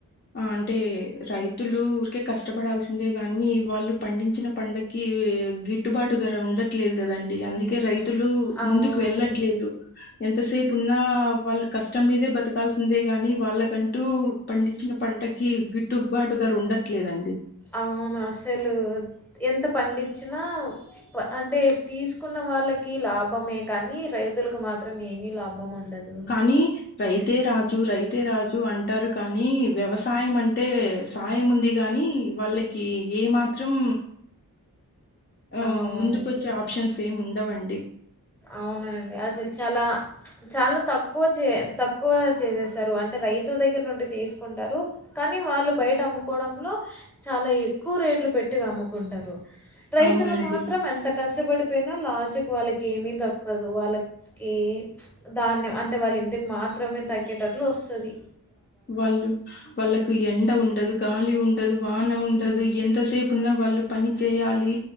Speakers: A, on the left; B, in the centre.
A: అంటే రైతులు ఉరి కే కష్టపడాల్సిందే కాని వాళ్ళు పండించిన పంటకి గిట్టుబాటు ధర ఉండట్లేదు కదా అండి అందుకే రైతులు
B: అవును.
A: ముందుకు వెళ్ళట్లేదు ఎంతసేపు ఉన్నా వాళ్ళ క ష్టం మీదే బతకాల్సిందే గాని వాళ్ళకంటూ పండించిన పంటకి గిట్టుబాటు ధర ఉండడం లేదండి
B: అవును అసలు ఎంత పండించినా అంటే తీసుకున్న వాళ్ళకి లాభమే కానీ రైతులకు మాత్రం ఏమి లాభం ఉండదు.
A: కానీ రైతే రాజు రైతే రాజు అంటారు కానీ వ్యవసాయం అంటే సాయం ఉంది గానీ వాళ్ళకి ఏ మాత్రం ఆ
B: అవును.
A: ముందుకు వచ్చే ఆప్షన్స్ ఏమి ఉండవండి
B: అవునండి. అసలు చాలా చాలా తక్కువ చే తక్కువ చేసేస్తారు అంటే రైతు దగ్గర నుండి తీసుకుంటారు కానీ కానీ వాళ్ళు బయట అమ్ముకోవడంలో చాలా ఎక్కువ రేట్లు పెట్టి అమ్ముకుంటారు రైతులు
A: అవునండి
B: మాత్రం ఎంత కష్టపడు లాస్ట్కి వాళ్ళకి ఏమీ దక్కదు వాళ్ళకి ధాన్యం అంటే వాళ్ళ ఇంటికి మాత్రం మేము తగ్గేటట్లు వస్తుంది
A: వాళ్ళు వాళ్ళకు ఎండ ఉండదు గాలి ఉండదు వాన ఉండదు ఎంతసేపు ఉన్నా వాళ్ళు పని చేయాలి